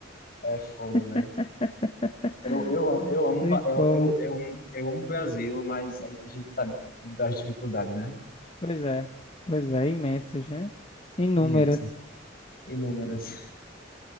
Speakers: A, on the left; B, on the left.
A: É fogo,
B: <laughs>
A: né? Eu, eu,
B: Não
A: eu amo,
B: tem
A: pa-
B: como.
A: eu, eu, eu, amo- eu amo o Brasil, mas a a gente sabe das dificuldades, né?
B: Pois é. Pois é, imensas, né? Inúmeras.
A: Imenso. Inúmeras.